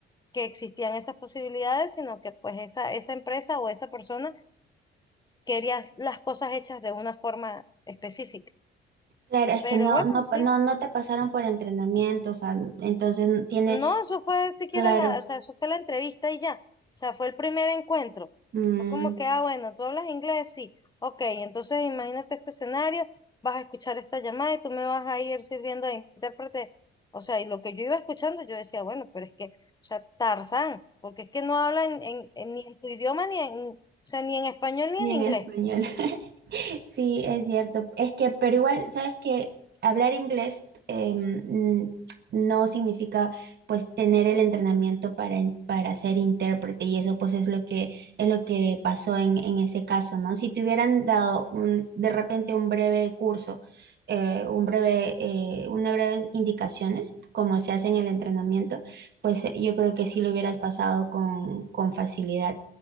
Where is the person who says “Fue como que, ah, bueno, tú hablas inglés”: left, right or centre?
Left